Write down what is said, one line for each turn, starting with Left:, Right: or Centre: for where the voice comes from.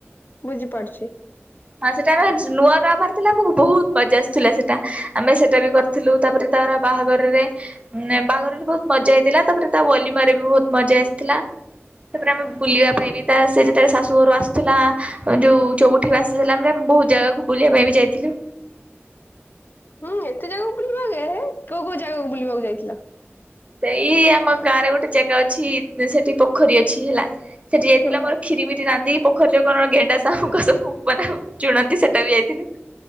Left: ବୁଝିପାରୁଛି।
Right: ହଁ ସେଟା ଆମେ <inaudible> ନୂଆ ନୂଆ ବାହାରି ଥିଲା ଆମକୁ ବହୁତ୍ ମଜା ଆସିୁଥିଲା ସେଟା ଆମେ ସେଟା ବି କରି ଥିଲୁ ତା ପରେ ତାର ବାହାଘରରେ ମାନେ ବାହାଘରରେ ବହୁତ୍ ମଜା ହେଇଥିଲା ତାପରେ ତା ୱଲିମାର୍ ରେ ବି ବହୁତ୍ ମଜା ଆସିଥିଲା ତାପରେ ଆମେ ବୁଲିବା ପାଇଁ ବି ତା ସେ ଯେତେବେଳେ ଶାଶୁ ଘରୁ ଆସୁଥିଲା ଯୋଉ ଚଉୁଠି ବାସି ଥିଲାମାନେ ବହୁତ ଜାଗାକୁ ବୁଲିବା ପାଇଁ ବି ଯାଇଥିଲୁ।
Left: ହୁଁ ଏତେ ଜାଗାକୁ ବୁଲିବ ଆା କୋଉ କୋଉ ଜାଗାକୁ ବୁଲିବାକୁ ଯାଇଥିଲା।
Right: ସେଇ ଆମ ଗାଁରେ ଗୋଟେ ଜାଗା ଅଛି ସେଠି ପୋଖରୀ ଅଛି ହେଲା। ସେଠି ଯାଇଥିଲା
Left: ହୁଁ
Right: ଆମରଖୀରିଭିରି ରାନ୍ଧି। ପଖରି ରୁ ଗେଣ୍ଡା ଶାମୁକା ସବୁ ମାନେ ସେଟା ବି ଯାଇଥିଲୁ